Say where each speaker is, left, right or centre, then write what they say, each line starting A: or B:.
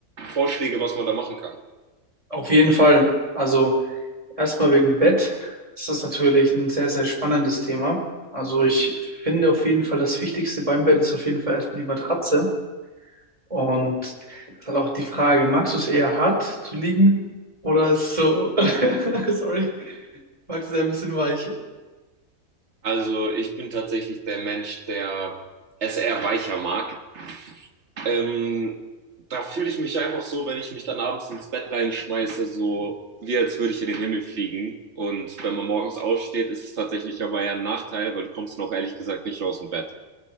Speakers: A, on the right (about 50°); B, on the right (about 20°).
A: Vorschläge, was man da machen kann.
B: Auf jeden Fall. Also erstmal wegen Bett. Das ist natürlich ein sehr, sehr spannendes Thema. Also ich finde auf jeden Fall, das Wichtigste beim Bett ist auf jeden Fall erstmal die Matratze. Und das ist halt auch die Frage, magst du es eher hart zu liegen oder so, <laughs> sorry, magst du es eher ein bisschen weich?
A: Also ich bin tatsächlich der Mensch, der es eher weicher mag. Ähm, da fühle ich mich einfach so, wenn ich mich dann abends ins Bett reinschmeiße, so wie als würde ich in den Himmel fliegen. Und wenn man morgens aufsteht, ist es tatsächlich aber eher ein Nachteil, weil du kommst noch ehrlich gesagt nicht aus dem Bett.